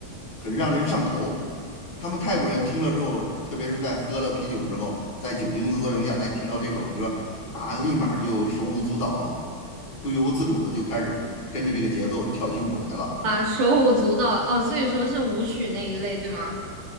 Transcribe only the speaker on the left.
很让人上头。他们泰国人听了之后，特别是在喝了啤酒之后，在酒精的作用下，他听到这首歌啊，立马儿就手舞足蹈，不由自主的就开始跟着这个节奏跳起舞来了。